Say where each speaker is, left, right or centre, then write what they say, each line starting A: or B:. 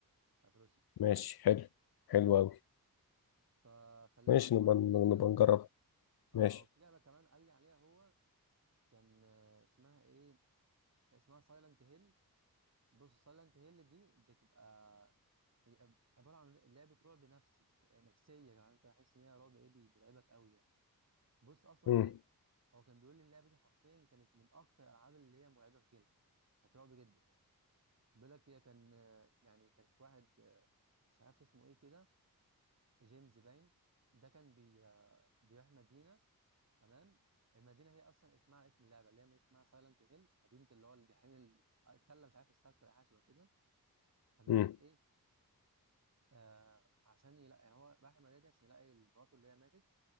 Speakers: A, on the right; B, on the left.
A: بتاعت روسيا
B: ماشي حلو حلو
A: تمام
B: أوي
A: فخليها
B: ماشي
A: معاك برضو
B: نبقى نبقى
A: في الليسته
B: نجربها
A: اه
B: ماشي
A: في لعبه كمان قال لي عليها هو كان آه، اسمها ايه اسمها سايلنت هيل بص سايلنت هيل دي بتبقى هي عباره عن لعبه رعب نفسي يعني نفسيه يعني انت تحس ان هي رعب ايه بي- بيرعبك قوي يعني بص اصلا
B: امم
A: ديت هو كان بيقول لي اللعبه دي حرفيا كانت من اكتر الالعاب اللي هي مرعبه في جيلها كانت رعب جدا يعني بيقول لك هي كان آه، يعني كان في واحد آه، مش عارف اسمه ايه كده جيمس باين ده كان بي آه، بيروح مدينه تمام المدينه هي اصلا اسمها اسم اللعبه اللي هي اسمها سايلنت هيل مدينه اللي هو الجحيم ال- التله مش عارف السكر ولا حاجه شبه كده فبيقول
B: امم
A: لك ايه آه عشان يلاقي يعني هو رايح المدينه دي عشان يلاقي مراته اللي هي ماتت